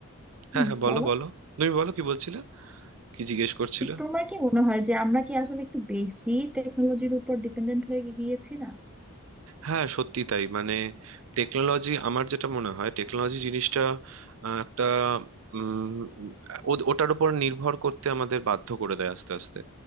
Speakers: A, on the right (about 70°); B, in the centre.
A: হ্যাঁ
B: হুম
A: হ্যাঁ বলো
B: বলো
A: বলো তুমি বলো কি বলছিলে কি জিজ্ঞেস করছিলে
B: তো তোমার কি মনে হয় যে আমরা কি আসলে একটু বেশি টেকনোলজির উপর ডিপেন্ডেন্ট হয়ে গিয়েছি না
A: হ্যাঁ সত্যি তাই মানে টেকনোলজি আমার যেটা মনে হয় টেকনোলজি জিনিসটা আহ, একটা উম, ও- ওটার উপর নির্ভর করতে আমাদের বাধ্য করে দেয় আস্তে আস্তে